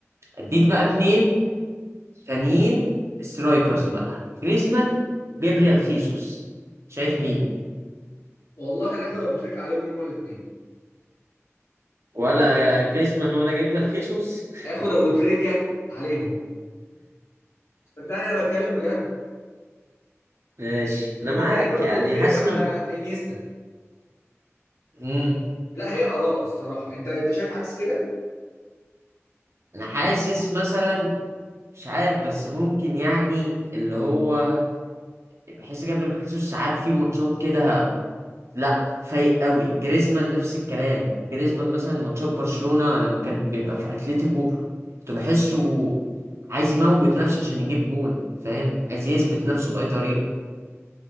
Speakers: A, on the right; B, on the left.
A: اديك بقى اتنين تانيين سترايكرز بقى جريزمان جابريال خيسوس شايف مين
B: والله هناخد ابو تريكه عليهم هما الاثنين
A: ولا يا جريزمان ولا جابريال خيسوس
B: اخد ابو تريكه عليهم صدقني انا بتكلم بجد
A: ماشي انا
B: انا
A: معاك
B: ممكن اخد ابو
A: يعني
B: تريكه
A: حاسس
B: على
A: إن-
B: انيستا
A: امم
B: لا هي اراء الصراحه انت انت شايف عكس كده
A: انا حاسس مثلا مش عارف بس ممكن يعني اللي هو بحس جابريل خيسوس ساعات في ماتشات كده لا فايق قوي جريزمان نفس الكلام جريزمان مثلا ماتشات برشلونة لما كان بيبقى في اتلتيكو كنت بحسه عايز يموت نفسه عشان يجيب جون فاهم عايز يثبت نفسه بأي طريقة